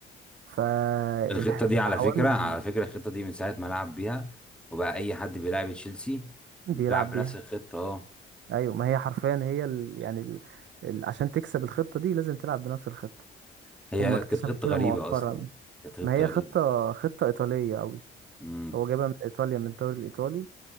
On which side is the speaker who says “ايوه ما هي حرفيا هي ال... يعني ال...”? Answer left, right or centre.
Right